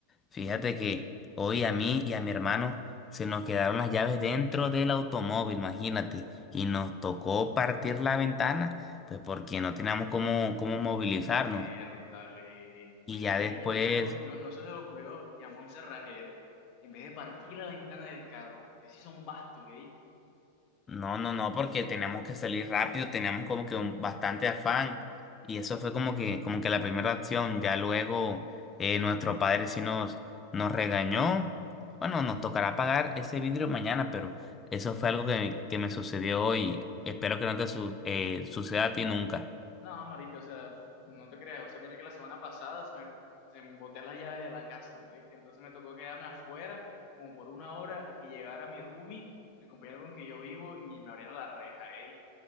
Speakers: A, on the left; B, on the left.
A: Fíjate que hoy a mí y a mi hermano se nos quedaron las llaves dentro del automóvil, imagínate, y nos tocó partir la ventana, pues porque no teníamos cómo, cómo movilizarnos.
B: Dale,
A: Y ya
B: Oye,
A: no. después
B: y no se les, o- no, no se les ocurrió llamar a un cerrajero en vez de partir la ventana del carro. Ustedes sí son bastos, ¿eh?
A: No, no, no, porque teníamos que salir rápido, teníamos como que un, bastante afán y eso fue como que, como que la primera acción. Ya luego eh, nuestro padre sí nos, nos regañó. Bueno, nos tocará pagar ese vidrio mañana, pero eso fue algo que, que me sucedió hoy. Espero que no te su- eh, suceda a ti nunca.
B: No, marica, o sea, no te creas. O sea, mira que la semana pasada se me, se me boté las llaves de la casa, marica. Entonces me tocó quedarme afuera como por una hora a que llegara mi roomie, el compañero con que yo vivo, y me abriera la reja, ¿eh?